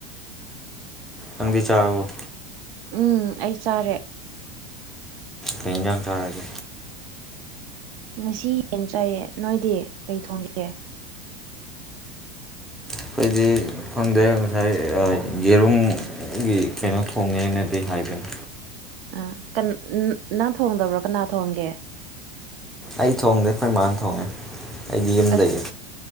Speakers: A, in the centre; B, on the right.
A: ꯅꯪꯗꯤ ꯆꯥꯔꯕꯣ
B: ꯎꯝ ꯑꯩ ꯆꯥꯔꯦ
A: ꯀꯩ ꯏꯟꯖꯥꯡ ꯆꯥꯔꯒꯦ
B: ꯉꯁꯤ ꯌꯦꯟ ꯆꯥꯏꯌꯦ ꯅꯣꯏꯗꯤ ꯀꯩ ꯊꯣꯡꯒꯦ
A: ꯑꯩꯈꯣꯏꯗꯤ ꯈꯪꯗꯦ ꯉꯁꯥꯏ ꯑ ꯌꯦꯔꯨꯝ ꯒꯤ ꯀꯩꯅꯣ ꯊꯣꯡꯅꯦꯅꯗꯤ ꯍꯥꯏꯕꯅꯤ
B: ꯑꯥ ꯀꯟ ꯅ ꯅꯪ ꯊꯣꯡꯗꯕ꯭ꯔꯣ ꯀꯅꯥ ꯊꯣꯡꯒꯦ
A: ꯑꯩ ꯊꯣꯡꯗꯦ ꯑꯩꯈꯣꯏ ꯃꯥꯅ ꯊꯣꯡꯉꯦ ꯑꯩꯗꯤ ꯌꯨꯝ
B: ꯑꯁ
A: ꯂꯩꯌꯦ